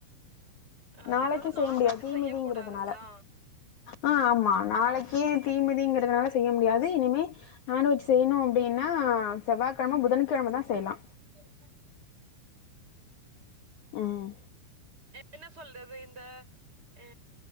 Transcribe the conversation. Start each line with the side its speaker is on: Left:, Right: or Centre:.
Right: ஆ
Left: நாளைக்கு
Right: அதாவது நான்வெஜ்
Left: செய்ய முடியாது தீமிதிங்கறதுனால
Right: செய்யக் கூடாதுங்களா?
Left: ஆ, ஆமா நாளைக்கு தீமிதிங்கறதுனால செய்ய முடியாது இனிமே நான்வெஜ் செய்யணு அப்படின்னா செவ்வாகெழம, புதன்கெழமதா செய்யலா
Right: எப்
Left: ம்
Right: என்ன சொல்றது இந்த, அ,